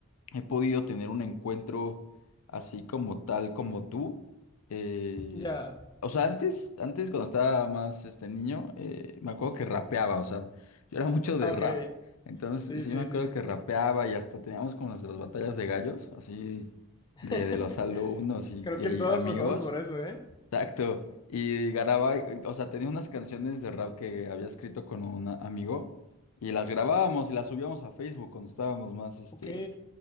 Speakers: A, on the left; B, on the left.
A: he podido tener un encuentro así como tal como tú. Eh,
B: Ya.
A: o sea, antes, antes cuando estaba más este niño, eh, me acuerdo que rapeaba, o sea, yo era mucho de
B: Ah, ok.
A: rap, entonces
B: Sí,
A: sí
B: sí,
A: me acuerdo
B: sí.
A: que rapeaba y hasta teníamos como nuestras batallas de gallos, así
B: <laughs>
A: de, de los alumnos y,
B: Creo
A: y
B: que todos
A: amigos.
B: pasamos por eso, ¿eh?
A: Exacto. Y grababa, eh, o sea, tenía unas canciones de rap que había escrito con un amigo y las grabábamos y las subíamos a Facebook cuando estábamos más, este,
B: Ok.